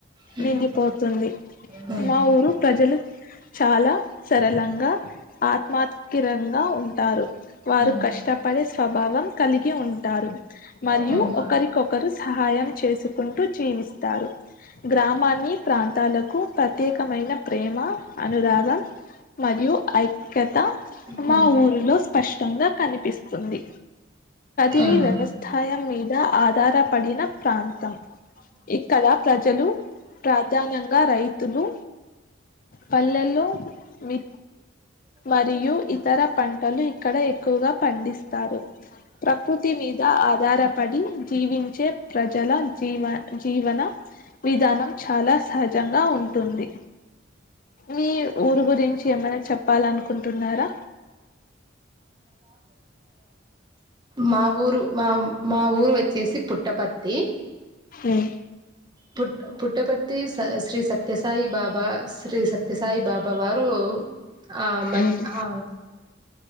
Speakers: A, on the right; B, on the left.
A: హ్మ్
B: నిండిపోతుంది
A: హ్మ్
B: మా ఊరు ప్రజలు చాలా సరళంగా ఆత్మ స్తిరంగా ఉంటారు వారు
A: హ్మ్
B: కష్టపడే స్వభావం కలికి ఉవును <unintelligible> మరియు
A: హ్మ్
B: ఒకరికొకరు సహాయం చేసుకు ట్టు జీవిస్తారు గ్రామాన్ని ప్రాం తాలకు ప్రత్యేకమైన ప్రేమ అనురాగం మరియు ఐక్యత
A: హ్మ్
B: మా ఊరిలో స్పష్టంగా కనిపిస్తుంది
A: హ్మ్
B: ఇది వ్యవసాయం మీద ఆధారపడిన ప్రాంతం ఇక్కడ ప్రజలు ప్రధానంగా రైతులు పల్లెల్లో మీ మరియు ఇతర పంటలు ఇక్కడ ఎక్కువగా పండిస్తారు ప్రకృతి వృత్తి మీద ఆధారపడి జీవించే ప్రజల జీవ జీవన విధానం చాలా సహజంగా గా ఉంటుంది మీ ఊరు గురించి ఏమైనా చెప్పాలనుకుంటున్నారా
A: మా ఊ ఊరు మాఊరు వచ్చేసి పుట్టపర్తి
B: ఉమ్
A: పుట్ పుట్టపర్తి శ్రీ సత్య సత్యసాయి బాబా శ్రీ సత్యసాయి బాబా వారు ఆ మ
B: ఉమ్,
A: ఆ